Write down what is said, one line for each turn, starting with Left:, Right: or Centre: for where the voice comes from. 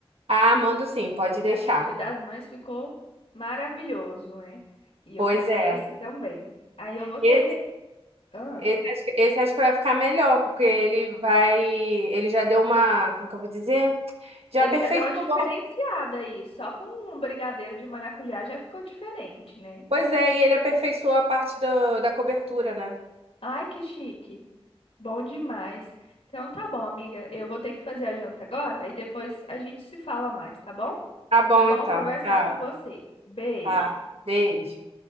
Right: Ah, mando sim, pode
Left: E
Right: deixar.
Left: aqui é o Dia das Mães ficou maravilhoso, né? E eu
Right: Pois
Left: quero
Right: é.
Left: ver esse também. Aí eu vou ter.
Right: Esse,
Left: Ah,
Right: esse, acho que, esse acho que vai ficar melhor, porque ele vai. Ele já deu uma. Como é que eu vou dizer? Já
Left: ele
Right: aperfeiçoou
Left: já deu uma diferenciada aí, só com um brigadeiro de maracujá já ficou diferente, né?
Right: Pois é, e ele aperfeiçoou a parte do, da cobertura, né?
Left: Ai, que chique. Bom demais. Então tá bom, amiga. Eu vou ter que fazer a janta agora e depois a gente se fala mais, tá bom?
Right: Tá bom,
Left: Foi bom
Right: então.
Left: conversar
Right: Tá,
Left: com você. Beijo.
Right: tá. Beijo.